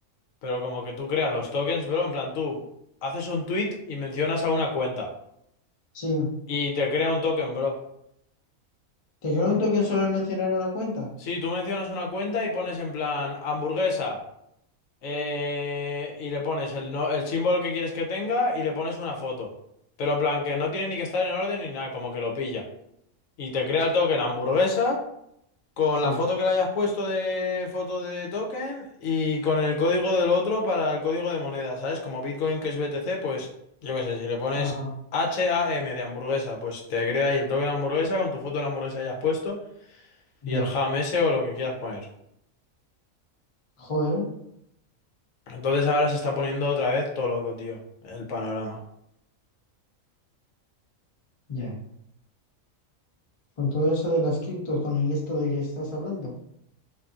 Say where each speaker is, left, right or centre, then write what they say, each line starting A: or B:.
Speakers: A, on the left; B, on the left.
A: pero como que tú creas los tokens, bro, en plan tú haces un tweet y mencionas a una cuenta
B: sí.
A: y te crea un token, bro.
B: ¿Te quedó un token solo al mencionar una cuenta?
A: Sí, tú mencionas una cuenta y pones en plan hamburguesa eh, y le pones el, no, el símbolo que quieres que tenga y le pones una foto. Pero en plan que no tiene ni que estar en orden ni nada, como que lo pilla. Y te crea el token hamburguesa. Con
B: Sí,
A: la foto que le hayas puesto de foto de token y con el código del otro para el código de moneda, ¿sabes? Como Bitcoin que es BTC, pues yo qué sé, si le pones
B: Ajá,
A: HAM de hamburguesa, pues te crea ahí el token hamburguesa con tu foto de la hamburguesa que hayas puesto y
B: ya.
A: el ham ese o lo que quieras poner.
B: Joder,
A: Entonces ahora se está poniendo otra vez todo loco, tío, el panorama.
B: ya. Con todo eso de las criptos, con el esto de que estás hablando.